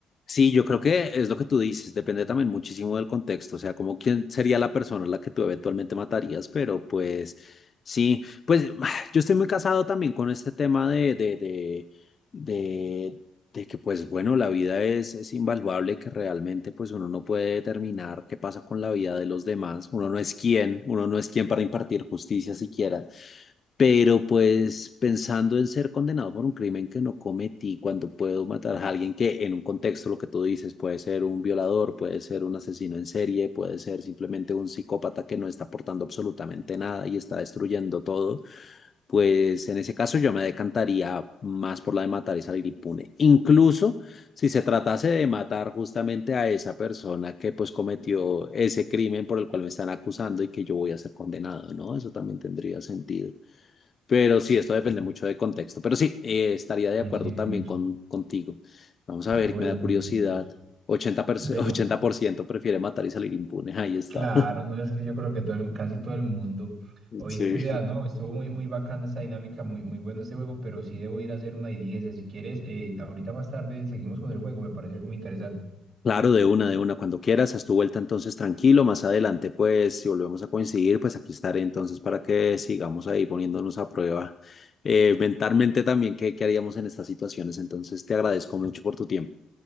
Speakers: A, on the left; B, on the right.
A: Sí, yo creo que es lo que tú dices, depende también muchísimo del contexto, o sea, como quién sería la persona a la que tú eventualmente matarías, pero pues sí, pues <sighs> yo estoy muy casado también con este tema de, de, de, de, de que pues bueno, la vida es, es invaluable, y que realmente pues uno no puede determinar qué pasa con la vida de los demás, uno no es quien, uno no es quien para impartir justicia siquiera. Pero pues pensando en ser condenado por un crimen que no cometí, cuando puedo matar a alguien que en un contexto, lo que tú dices, puede ser un violador, puede ser un asesino en serie, puede ser simplemente un psicópata que no está aportando absolutamente nada y está destruyendo todo, pues en ese caso yo me decantaría más por la de matar y salir impune. Incluso si se tratase de matar justamente a esa persona que pues cometió ese crimen por el cual me están acusando y que yo voy a ser condenado, ¿no? Eso también tendría sentido. Pero sí, esto depende mucho de contexto. Pero sí, eh, estaría de
B: Coincidimos.
A: acuerdo también con, contigo. Vamos
B: Qué
A: a ver,
B: bueno,
A: me da curiosidad.
B: coincidimos.
A: 80%,
B: Bueno,
A: 80% <laughs> prefiere matar y salir impune. Ahí está.
B: claro,
A: <laughs>
B: no es que yo creo que todo el- casi todo el mundo. Oíste,
A: Sí.
B: ya, no, estuvo muy, muy bacana esa dinámica, muy, muy bueno este juego, pero sí debo ir a hacer una diligencia. Si quieres, eh, ahorita más tarde seguimos con el juego, me parece muy interesante.
A: Claro, de una, de una, cuando quieras, haz tu vuelta entonces tranquilo, más adelante pues si volvemos a coincidir, pues aquí estaré entonces para que sigamos ahí poniéndonos a prueba eh, mentalmente también qué, qué haríamos en estas situaciones, entonces te agradezco mucho por tu tiempo.